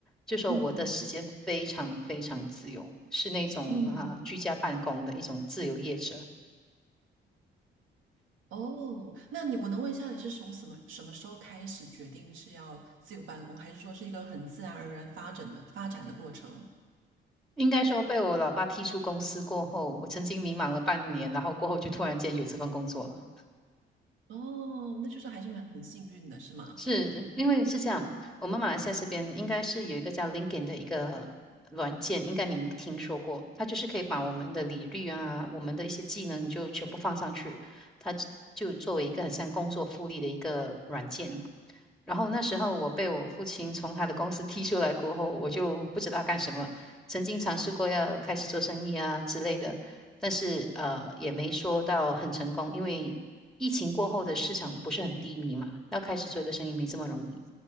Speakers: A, in the centre; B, on the right.
A: 就说我的时间非常非常自由，
B: 嗯嗯
A: 是那种啊居家办公的一种自由业者。
B: 嗯嗯嗯。哦，那你我能问一下，你是从什么什么时候开始决定是要自由办公，还是说是一个很自然而然发展的发展的过程？
A: 应该说被我老爸踢出公司过后，我曾经迷茫了半年，然后过后就突然间有这份工作了。
B: 哦，那就是还是蛮很幸运的，是吗？
A: 是因为是这样，我们马来西亚这边应该是有一个叫 LinkedIn 的一个软件，应该您听说过，它就是可以把我们的履历啊，我们的一些技能就全部放上去，它就作为一个很像工作复利的一个软件。然后那时候我被我父亲从他的公司踢出来过后，我就不知道干什么，曾经尝试过要开始做生意啊之类的，但是呃也没说到很成功，因为疫情过后的市场不是很低迷嘛，要开始做一个生意没这么容易，